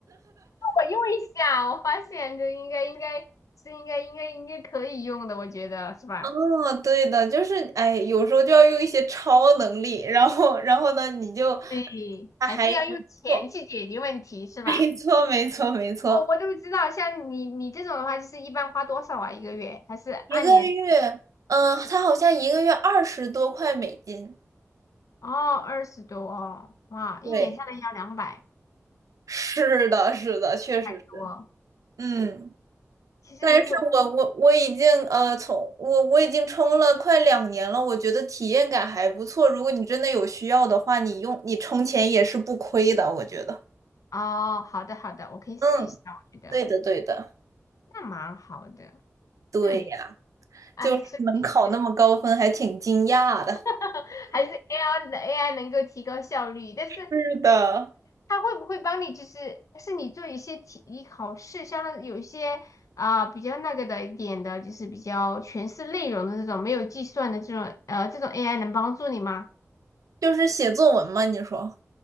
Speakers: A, on the left; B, on the right.
A: 我用一下，我发现这应该应该是应该应该应该可以用的，我觉得是吧？
B: 哦，对的，就是哎，有时候就要用一些超能力，然后然后呢，你就
A: 对，
B: 它还还不错，
A: 还是要用钱去解决问题，
B: <laughs>
A: 是吧？
B: 没错没错没错，
A: 我我都不知道，像你你这种的话，就是一般花多少啊？一个月还是按年？
B: 一个月，嗯、它好像一个月二十多块美金，
A: 哦，二十多哦，哇，
B: 对，
A: 一年下来要两百
B: 是的是的，确实是，
A: 多。
B: 嗯。
A: 其实如果
B: 但是我我我已经呃从我我已经冲了快两年了，我觉得体验感还不错。如果你真的有需要的话，你用你充钱也是不亏的，我觉得。
A: 哦，好的好的，我可以试一下，
B: 嗯，
A: 我觉得
B: 对的对的，
A: 那蛮好的。
B: 对呀，
A: 嗯，哎，
B: 就是能考那么高分，
A: 所以
B: 还挺惊讶的。
A: <laughs> 还是 AI 的 AI 能够提高效率，但是
B: 是的，
A: 他会不会帮你？就是是你做一些题、考试，相当于有一些啊、比较那个的一点的，就是比较全是内容的这种，没有计算的这种，呃，这种 AI 能帮助你吗？
B: 就是写作文嘛，你说。